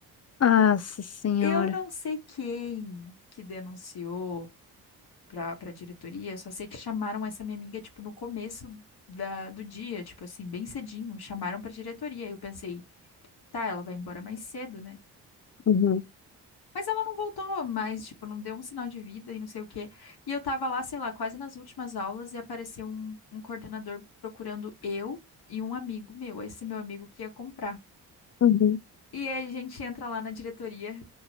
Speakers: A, on the left (about 35°); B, on the left (about 55°).
A: Nossa
B: É.
A: senhora.
B: Eu não sei quem que denunciou pra, pra diretoria, só sei que chamaram essa minha amiga, tipo, no começo da, do dia, tipo assim, bem cedinho. Chamaram pra diretoria. Eu pensei, tá, ela vai embora mais cedo, né?
A: Uhum,
B: Mas ela não voltou mais, tipo, não deu um sinal de vida e não sei o quê. E eu tava lá, sei lá, quase nas últimas aulas e apareceu um, um coordenador procurando eu e um amigo meu, esse meu amigo que ia comprar.
A: uhum.
B: E aí a gente entra lá na diretoria